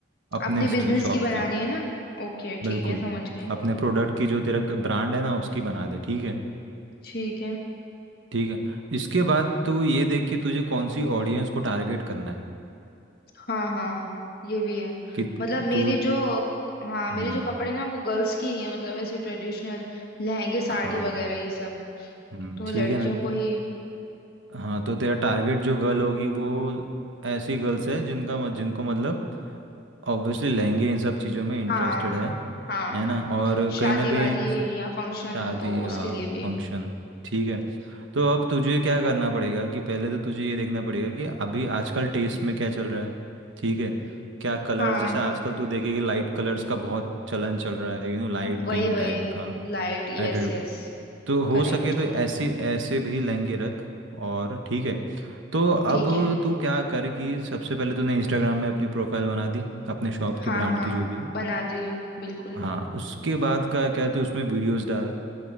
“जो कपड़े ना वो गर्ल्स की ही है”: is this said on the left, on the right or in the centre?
Left